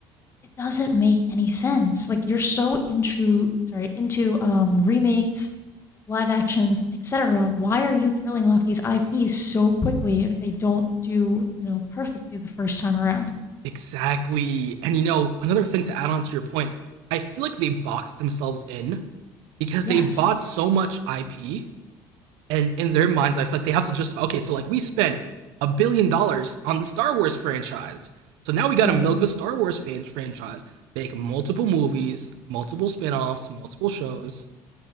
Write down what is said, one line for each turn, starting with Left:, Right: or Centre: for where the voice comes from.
Left: it doesn't make any sense like you're so into sorry into um remakes live actions etc why are you killing off these IPs so quickly if they don't do you know perfectly the first time around
Right: Exactly. And you know, another thing to add on to your point, I feel like they boxed themselves in because
Left: yes
Right: they bought so much IP, and in their minds, I feel like they have to justify. Okay, so like we spent a billion dollars on the Star Wars franchise, so now we got
Left: right
Right: to milk the Star Wars fan- franchise, make multiple movies, multiple spin-offs, multiple shows,